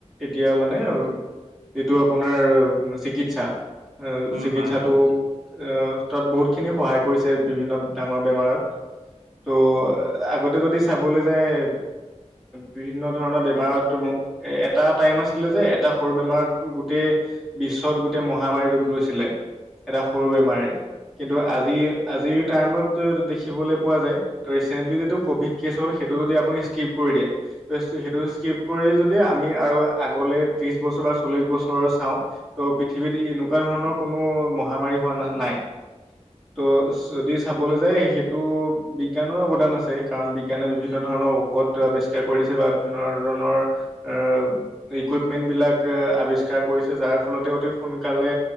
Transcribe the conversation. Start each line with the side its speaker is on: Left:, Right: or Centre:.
Centre: এতিয়া মানে যিটো আপোনাৰ চিকিৎসা
Right: উম
Centre: চিকিৎসাটো
Right: হয় হয়
Centre: আ তাত বহুতখিনি সহায় কৰিছে বিভিন্ন ডাঙৰ বেমাৰত। ত আগতে যদি চাবলৈ যায় এ বিভিন্ন ধৰণৰ বেমাৰত তুমি এ এটা টাইম আছিলে যে এটা সৰু বেমাৰ তোৰ গোটেই বিশ্বত গোটেই মহামাৰী ৰূপ লৈছিলে। এটা সৰু বেমাৰে কিন্তু আজি আজিৰ টাইমত ত সেইতো দেখিবলে পোৱা যায় ত ৰিচেণ্টলি যিটো কভি কেছ হল সেইতো যদি আপুনি স্কিপ কৰি দিয়ে <inaudible> সেইটো স্কিপ কৰি যদি আমি আৰু আগলে ত্ৰিশ বছৰ বা চল্লিশ বছৰৰ চাওঁ ত' পৃথিৱীত এনেকুৱা ধৰণৰ কোনো মহামাৰী হোৱা ন-নাই ত' যদি। চাবলৈ যায় সেইটো। বিজ্ঞানৰো অৱদান আছে কাৰণ বিজ্ঞানে বিভিন্ন ধৰণৰ ঔষধ আৱিষ্কাৰ কৰি দিছে বা বিভিন্ন ধৰণৰ। আহ ইকুইপমেণ্ট বিলাক আৱিষ্কাৰ কৰিছে যাৰ ফলতে অতি সোনকালে।